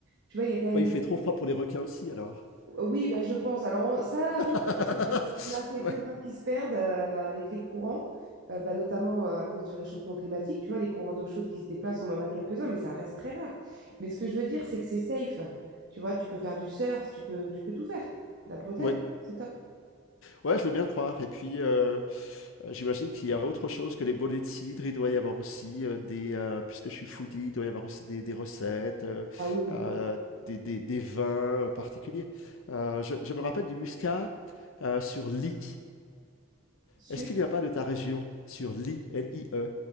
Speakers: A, on the right; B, on the left.
A: Tu vois, il y a quand même
B: bah, il
A: des
B: fait trop froid pour les requins aussi, alors.
A: euh, Oui, ben, je pense. Alors, ça arrive,
B: <laughs>
A: hein, qu'il y en a quelques-uns
B: Ouais.
A: qui se perdent euh, avec les courants, euh, bah, notamment euh, à cause du réchauffement climatique. Tu vois, les courants d'eau chaude qui se déplacent, on en a quelques-uns, mais ça reste très rare. Mais ce que je veux dire, c'est que c'est safe. Tu vois, tu peux faire du surf, tu peux, tu peux tout faire. La Bretagne,
B: Ouais.
A: c'est top.
B: Ouais, je veux bien le croire. Et puis, heu, heu, j'imagine qu'il y a autre chose que les bonnets de cidre. Il doit y avoir aussi, heu, des, heu, puisque je suis foodie, il doit y avoir aussi des des recettes, heu,
A: Ah oui.
B: heu, des des des vins, heu, particuliers. Heu, je je me rappelle du muscat, heu, sur Ly.
A: Sûr?
B: Est-ce qu'il n'y a pas de ta région? Sur Ly, L-I-E.